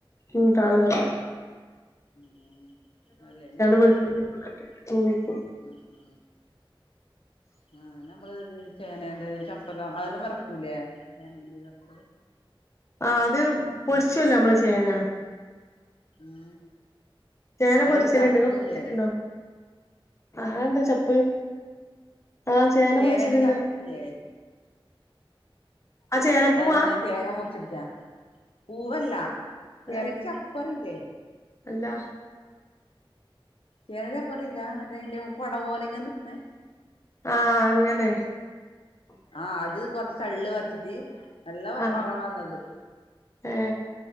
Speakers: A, on the left (about 30°); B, on the left (about 80°).
A: ഉം താളുകറി
B: ഉ നല്ലേയ്നാപ്പതി
A: വെളുത്തുള്ളി
B: കംഅആ
A: ഒക്കെ ഇട്ടിട്ട് തൂമിക്കും
B: ആ നം നമ്മ ചേനൻ്റെചപ്പല്ലാം അതെല്ലാം വിറക്കൂലേ ചേനന്റെ ചപ്പ
A: ആ അത് പൊളിച്ചുല്ലോ നമ്മള് ചേന
B: ഉം
A: ന പൊരിച്ചലണ്ട്
B: അല്ല ചപ്പില്ലേ
A: നിങ്ങ പൊറച്ചുണ്ടോ ആ അഎന്താ ചപ്പ് ആ ചേന
B: ചേനന്റെ
A: പൊരിച്ചലുണ്ടല്ലോ
B: ചപ്പില്ലേ
A: ആ ചേനപ്പൂവാ
B: അതങ്ങനെ ചേന മുറിച്ച ട് കാ പൂവല്ല ചേനന്റെ
A: ഏ
B: ചപ്പറില്ലേ
A: അല്ല
B: ചേന പറയില്ല മറ്റേ അതിന്റെ കുട പോലെ ഇങ്ങെ നിക്കുന്നേ
A: ആഅങ്ങനെ <inaudible>
B: ആഅത് കൊറച്ച് ചള്ള് വരച്ചിട്ട് നല്ല
A: ആ
B: വറവാന്നത്
A: ഏ